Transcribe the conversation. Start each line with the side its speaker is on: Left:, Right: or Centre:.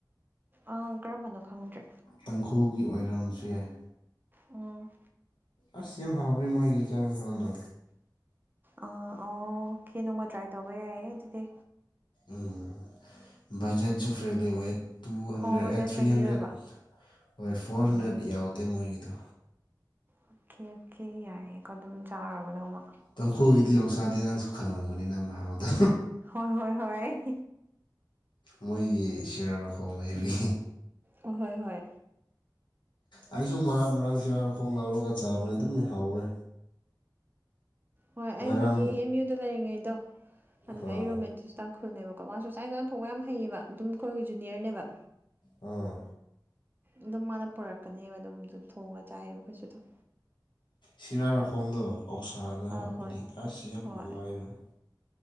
Right: ꯑꯪ ꯀꯔꯝꯕꯅꯣ ꯈꯪꯗ꯭ꯔꯦ
Left: ꯇꯥꯡꯈꯨꯜꯒꯤ ꯑꯣꯏꯔꯝꯕꯁꯨ ꯌꯥꯏ
Right: ꯎꯝ
Left: ꯑꯁ ꯌꯥꯝ ꯍꯥꯎ꯭ꯔꯅꯦ ꯃꯣꯏꯒꯤ ꯆꯥꯛ ꯏꯁꯥꯡꯗꯣ
Right: ꯑꯥ ꯑꯣ ꯀꯦ ꯅꯣꯡꯃ ꯇ꯭ꯔꯥꯏ ꯇꯧꯕ ꯌꯥꯏꯌꯦ ꯑꯗꯨꯗꯤ
Left: ꯎꯝ ꯕꯖꯦꯠꯁꯨ ꯐ꯭ꯔꯤꯗ ꯑꯣꯏꯌꯦꯠ ꯇꯨ ꯍꯟꯗ꯭ꯔꯦꯠ
Right: ꯑꯣ ꯕꯖꯦꯠ
Left: ꯑꯦ ꯊ꯭ꯔꯤ
Right: ꯐ꯭ꯔꯦꯟꯂꯤ
Left: ꯍꯟꯗ꯭ꯔꯦꯠ
Right: ꯑꯣꯏꯕ
Left: ꯍꯣꯏ ꯐꯣꯔ
Right: ꯑꯣ
Left: ꯍꯟꯗ꯭ꯔꯦꯠ
Right: ꯑꯣꯀꯦ
Left: ꯌꯥꯎꯗꯦ ꯃꯣꯏꯒꯤꯗꯣ
Right: ꯑꯣꯀꯦ ꯑꯣꯀꯦ ꯌꯥꯏꯌꯦꯀꯣ ꯑꯗꯨꯝ ꯆꯥꯔꯕꯗ ꯑꯃ
Left: ꯇꯥꯡꯈꯨꯜꯒꯤꯗꯤ ꯃꯌꯧꯁꯗꯩ ꯅꯪꯁꯨ ꯈꯪꯂꯝꯒꯅꯤꯗ ꯃꯔꯛ ꯃꯔꯛꯇ
Right: ꯍꯣꯏ ꯍꯣꯏ ꯍꯣꯏ
Left: ꯃꯣꯏꯒꯤ ꯁꯤꯔꯥꯔꯈꯣꯡ ꯂꯩꯕꯤ
Right: ꯍꯣꯏ ꯍꯣꯏ
Left: ꯑꯩꯁꯨ ꯃꯔꯛ ꯃꯔꯛ ꯁꯤ ꯋꯥꯔ ꯈꯣꯡ ꯂꯥꯎꯔꯒ ꯆꯥꯕꯅ ꯑꯗꯨꯝ ꯍꯥꯎꯌꯦ
Right: ꯍꯣꯏ
Left: ꯉꯔꯥꯡ
Right: ꯑꯩꯒꯤ ꯑꯦꯝ ꯌꯨꯗ ꯂꯩꯔꯤꯉꯩꯗꯣ ꯑꯗꯨꯗ
Left: ꯑꯥ
Right: ꯑꯩꯔꯣꯃꯦꯇꯤꯁ ꯇꯥꯡꯈꯨꯜꯅꯦꯕꯀꯣ ꯃꯥꯁꯨ ꯆꯥꯛ ꯏꯟꯁꯥꯡ ꯊꯣꯡꯕ ꯌꯥꯝ ꯍꯩꯌꯦꯕ ꯑꯗꯨꯝ ꯑꯩꯈꯣꯏꯒꯤ ꯖꯨꯅꯤꯌꯔꯅꯦꯕ
Left: ꯑꯥ
Right: ꯑꯗꯨꯝ ꯃꯥꯅ ꯄꯨꯔꯛꯀꯅꯦꯕ ꯑꯗꯨꯝꯁꯨ ꯊꯣꯡꯉ ꯆꯥꯏꯌꯦꯕ ꯑꯩꯈꯣꯏꯁꯨ ꯑꯗꯨꯝ
Left: ꯁꯤꯔꯥꯔꯈꯣꯡꯗꯣ ꯑꯣꯛꯁꯥꯗ
Right: ꯑꯥ
Left: ꯍꯥꯞꯄꯗꯤ
Right: ꯍꯣꯏ
Left: ꯑꯁ ꯌꯥꯝꯅ
Right: ꯍꯣꯏ
Left: ꯅꯨꯡꯉꯥꯏꯕꯅꯤ